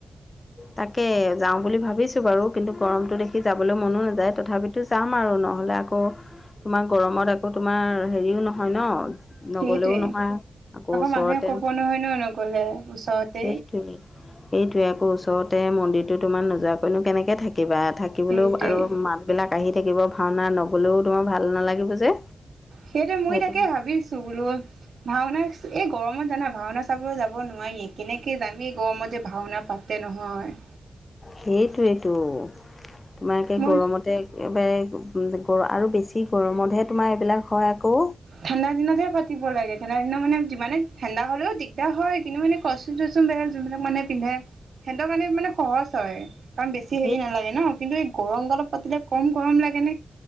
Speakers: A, on the left; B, on the right.
A: তাকে যাওঁ বুলি ভাবিছো বাৰু কিন্তু গৰমটো দেখি যাবলৈ মনো নাযায় তথাপিতো যাম আৰু নহ'লে আকৌ তোমাৰ গৰমত আকৌ তোমাৰ হেৰিও নহয় ন নগলেও
B: সেইটোৱে
A: নহয় আকৌ ওচৰতে
B: মানুহে কব নহয় ন নগলে ওচৰতে
A: সেইটো সেটোৱেই আকৌ ওচৰতে মন্দিৰতো তোমাৰ নোযোৱাকৈনো কেনেকে থাকিবা থাক থাকিবলৌ
B: সেইটোৱে
A: আৰু মাত বিলাক আহি থাকিব ভাওনা নগলেও তোমাৰ ভাল নালাগিব যে
B: সেইটোৱে মই
A: সেইটো
B: তাকে ভাবিছো বোলো ভাওনা এই গৰমত জানা ভাওনা চাব যাব নোৱাৰি কেনেকে যামি গৰমত যে ভাওনা পাত তে নহয়
A: সেইটোৱেইটো তোমা-কে
B: মই
A: গৰমতে বেৰেক গ আৰু বেছি গৰমতহে তোমাৰ এইবিলাক হয় আকৌ
B: ঠাণ্ডা দিনতহে পাতিব লাগে ঠণ্ডা দিনত মানে যিমানে ঠাণ্ডা হ'লেও দিগদাৰ হয় কিন্তু মানে কচটিউম চচটিউম বিলাক যোনবিলাক মানুহ পিন্ধে সিহঁতৰ কাৰণে মানে সহজ হয় কাৰণ বেছি
A: সেই
B: হেৰি নেলাগে ন, কিন্তু এই গৰম গলপ পাতিলে কম গৰম লাগে নে